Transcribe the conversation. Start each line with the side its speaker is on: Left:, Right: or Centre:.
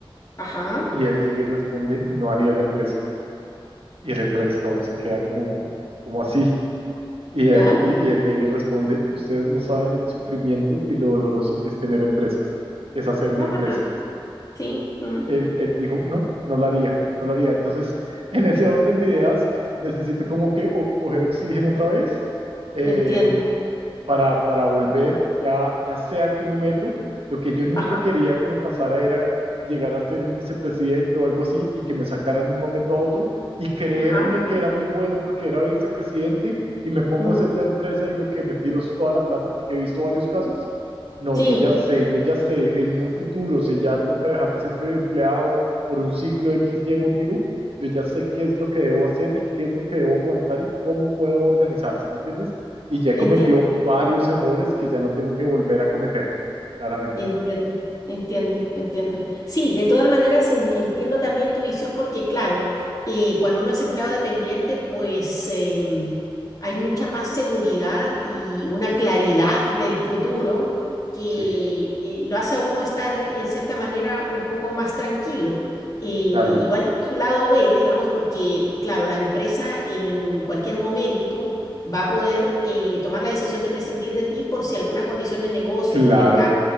Left: ajá,
Right: Y él llega y responde, no haría la empresa. Y el entrevistador se queda como, como así. Y
Left: ya,
Right: él, y, y él llega y responde, ustedes no saben el sufrimiento y lo doloroso que es tener empresa, que es hacer una
Left: ah,
Right: empresa
Left: sí, mm,
Right: él, él dijo, no, no lo haría, no lo haría. Entonces, <laughs> en ese orden de ideas, necesito como que o- coger oxígeno otra vez eh,
Left: entiendo,
Right: para, para volver, ya, ya sea que me meto. Lo que yo nunca
Left: ajá,
Right: quería que me pasara era llegar a ser un vicepresidente o algo así y que me sacaran de un momento a otro y creerme
Left: ajá,
Right: que era muy bueno porque era vicepresidente y me pongo
Left: mm,
Right: a hacer una empresa y lo que me tiro es toda la plata porque he visto varios casos no,
Left: sí.
Right: yo ya sé, yo ya sé, en un futuro, si ya toca dejar de ser pre- empleado por un ciclo X XY motivo, yo ya sé qué es lo que debo hacer y qué es lo que debo aguantar y cómo puedo organizar, ¿sí me entiendes? Y ya he
Left: Entiendo.
Right: cometido varios errores que ya no tengo que volver a cometer, claramente.
Left: Entiendo, entiendo, entiendo. Sí, de todas maneras en- entiendo también tu visión porque, claro, eh, cuando uno es empleado dependiente, pues em, hay mucha más seguridad y una claridad del futuro que
Right: Sí,
Left: eh, lo hace a uno estar en cierta manera un poco más tranquilo. Eh, igual
Right: claro,
Left: tiene su lado B, digamos, porque, claro, la empresa en cualquier momento va a poder eh, tomar la decisión de prescindir de ti por si alguna condición de negocio,
Right: claro,
Left: del mercado